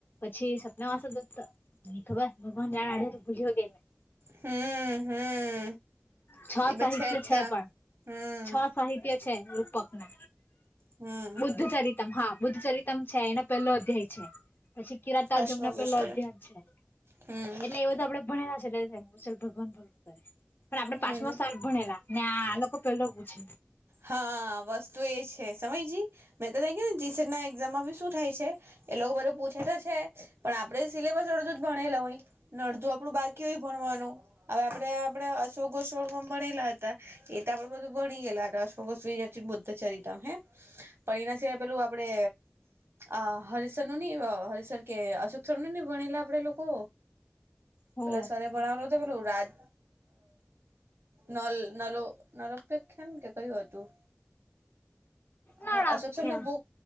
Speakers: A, on the left (about 55°); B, on the right (about 80°).
A: પછી સપના વાસ તો ખબર ભગવાન જાડ્યો તો ભૂલ્યો ગે મેં
B: હમ હમ.
A: છ
B: એ બ
A: સાહિત્ય
B: જ
A: છે
B: ત
A: પણ
B: હમ
A: છ સાહિત્ય છે. ક
B: હમ
A: બુદ્ધ ચરિતમ હા. બુદ્ધ ચરિતમ છે એનો પેલો અધ્યાય છે પછી કિરાતાર
B: અશોક
A: જમના
B: વિશ્વ
A: પેલો અધ્યયન છે
B: હમ
A: એટલે એવ તો આપડે ભલા છે એટલે ભગવાન ભ. પણ આપડે
B: હમ
A: પાચમા શક ભણેલા ને આ લોકો પેલો પૂછે.
B: હા વસ્તુ એ છે સમયજી મેં તો ત કેને જીટ એક્ઝામમાં બી શું થાય છે. એ લોકો બધું પૂછે તો છે પણ આપડે સિલેબસ અડધું જ ભણેલા હોય ને અડધું આપડું બાકી હોય ભણ હવે આપે આપે અશોક ગોસડ ભણેલા હતા એ તો આપડે બધું ભણી ગયેલા હતા. <unintelligible> બુદ્ધ ચરિત હે પણ એના સિવાય પેલું આપડે અ હરિસર નું નહ હરિસર કે અશોકસર ન ન ભણેલા આપડે લોકો.
A: હો
B: પેલા સરરે ભણવાનું તો પેલું રાજ નલ નલો નલોપેખ્યાન કે કયું હતું.
A: નળખ્યા
B: હા અશોકસને બો